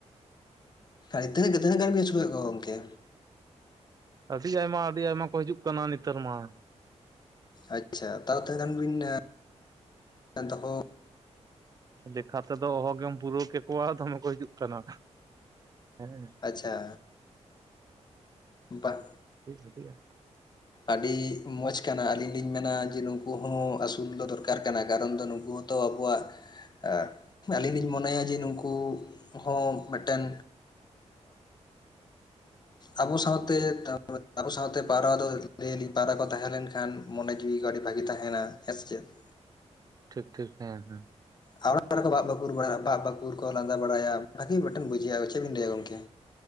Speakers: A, on the left; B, on the right.
A: ᱟᱨ ᱛᱤᱱᱟᱹᱜ ᱜᱤ ᱛᱤᱱᱟᱹᱜ ᱜᱟᱱ ᱫᱩ ᱠᱮᱫ ᱠᱚᱣᱟ ᱜᱚᱝᱠᱮ
B: ᱟᱹᱰᱤ ᱟᱭᱢᱟ ᱟᱹᱰᱤ ᱟᱭᱢᱟ ᱠᱚ ᱦᱤᱡᱩᱜ ᱠᱟᱱᱟ ᱱᱮᱛᱟᱨ ᱢᱟ
A: ᱟᱪᱪᱷᱟ ᱛᱟᱣ ᱛᱤᱱᱟᱹᱜ ᱜᱟᱱ ᱵᱤᱱ ᱫᱚᱦᱚ
B: ᱞᱮᱠᱷᱟ ᱛᱮᱫᱚ ᱚᱦᱚ ᱜᱮᱢ ᱯᱩᱨᱟᱹᱣ ᱠᱮᱠᱚᱣᱟ ᱫᱚᱢᱮ ᱠᱚ ᱦᱤᱡᱩᱜ ᱠᱟᱱᱟ ᱦᱮᱸ
A: ᱟᱪᱪᱷᱟ ᱵᱟᱝ
B: ᱦᱩᱭ ᱥᱟᱰᱤ ᱟ
A: ᱟᱹᱰᱤ ᱢᱚᱡᱽ ᱠᱟᱱᱟ ᱟᱹᱞᱤᱧ ᱞᱤᱧ ᱢᱮᱱᱟ ᱡᱮ ᱱᱩᱝᱠᱩ ᱦᱚᱸ ᱟᱹᱥᱩᱞ ᱫᱚ ᱫᱚᱨᱠᱟᱨ ᱠᱟᱱᱟ ᱠᱟᱨᱚᱱ ᱫᱚ ᱱᱩᱠᱩ ᱦᱚᱸ ᱛᱚ ᱟᱵᱚᱣᱟᱜ ᱮ ᱟᱹᱞᱤᱧ ᱞᱤᱧ ᱢᱚᱱᱮᱭᱟ ᱡᱮ ᱱᱩᱠᱩ ᱦᱚᱸ ᱢᱤᱫᱴᱮᱱ ᱟᱵᱚ ᱥᱟᱶᱛᱮ <inaudible> ᱟᱵᱚ ᱥᱟᱶᱛᱮ ᱯᱟᱣᱨᱟ ᱫᱚ ᱞᱟᱹᱭ ᱟᱞᱤᱧ ᱯᱟᱣᱨᱟ ᱠᱚ ᱛᱟᱦᱮᱸ ᱞᱮᱱᱠᱷᱟᱱ ᱢᱚᱱᱮ ᱡᱤᱣᱤ ᱠᱚ ᱟᱹᱰᱤ ᱵᱷᱟᱹᱜᱤ ᱛᱟᱦᱮᱱᱟ ᱦᱮᱸ ᱥᱮᱪᱮᱫ? <unintelligible>
B: ᱴᱷᱤᱠ ᱴᱷᱤᱠ ᱦᱮᱸ ᱦᱮᱸ
A: ᱦ <unintelligible> <inaudible> ᱵᱷᱟᱜ ᱵᱷᱟᱠᱩᱨ ᱵᱟᱲᱟᱭᱟ ᱵᱷᱟᱜ ᱵᱷᱟᱠᱩᱨ ᱠᱚ ᱞᱟᱸᱫᱟ ᱵᱟᱲᱟᱭᱟ ᱵᱷᱟᱹᱜᱤ ᱢᱤᱫᱴᱮᱱ ᱵᱩᱡᱷᱟᱹᱜᱼᱟ᱾ ᱪᱮᱫᱵᱤᱱ ᱞᱟᱹᱭᱟ ᱜᱚᱝᱠᱮ?